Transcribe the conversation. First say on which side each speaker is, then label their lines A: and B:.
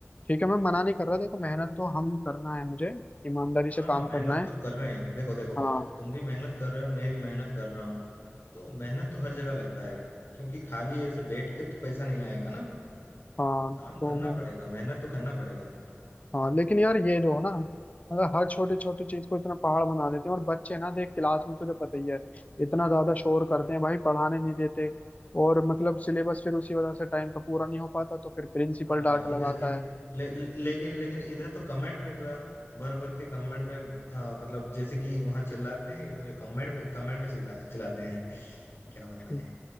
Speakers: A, on the left (about 30°); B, on the left (about 65°).
A: ठीक है मैं मना नहीं कर रहा देखो मेहनत तो हम करना है मुझे ईमानदारी से
B: हाँ
A: काम
B: हाँ मेहनत
A: करना है
B: तो कर रहे हैं देखो देखो
A: हाँ
B: तुम भी मेहनत कर रहे हो मैं भी मेहनत कर रहा हूँ तो मेहनत तो हर जगह लगता है क्योंकि खाली ऐसे बैठ के तो पैसा नहीं आएगा ना
A: हाँ
B: काम
A: तो
B: करना
A: वो
B: पड़ेगा मेहनत तो करना पड़ेगा
A: हाँ लेकिन यार ये जो है ना मतलब हर छोटी छोटी चीज को इतना पहाड़ बना देते हैं और बच्चे ना देख क्लास में तुझे पता ही है इतना ज्यादा शोर करते हैं भाई पढ़ाने नहीं देते और मतलब सिलेबस फिर उसी वजह से टाइम पे पूरा नहीं हो पाता तो फिर प्रिंसिपल
B: हाँ
A: डांट
B: इधर
A: लगाता
B: इधर
A: है
B: ले, लेकिन लेकिन इधर तो कमेंट में पूरा भर भर के कमेंट में आ, मतलब जैसे कि वहां चिल्लाते हैं इधर कमेंट में कमेंट में चिल्ला चिल्लाते हैं क्या बताएं
A: <laughs>